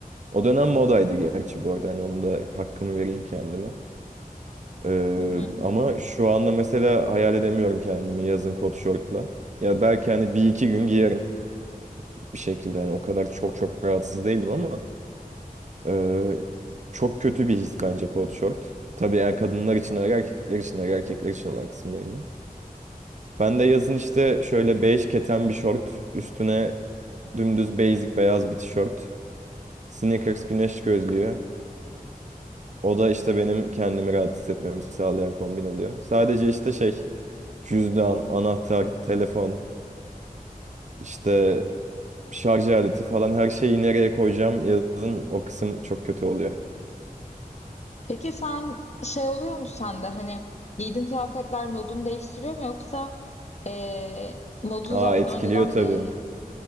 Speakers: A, on the right; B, on the left.
A: O dönem modaydı gerçi bu arada. Hani onun da hakkımı vereyim kendime. Ee,
B: Hı hı.
A: ama şu anda mesela hayal edemiyorum kendimi yazın kot şortla. Ya belki hani bir iki gün giyerim bir şekilde. Hani o kadar çok çok rahatsız değilim ama e, çok kötü bir his bence kot şort. Tabii er kadınlar için er erkekler için er erkekler için olan kısımdayım ben. Ben de yazın işte şöyle bej keten bir şort üstüne dümdüz basic beyaz bir tişört. Sneakers güneş gözlüğü. O da işte benim kendimi rahat hissetmemi sağlayan kombin oluyor. Sadece işte şey cüzdan, anahtar, telefon, işte şarj aleti falan her şeyi nereye koyacağım yazın o kısım çok kötü oluyor.
B: Peki sen şey oluyor mu sende hani giydiğin kıyafetler modunu değiştiriyor mu yoksa eee, modun
A: Aa
B: zaten
A: etkiliyor
B: önceden
A: tabii.
B: belli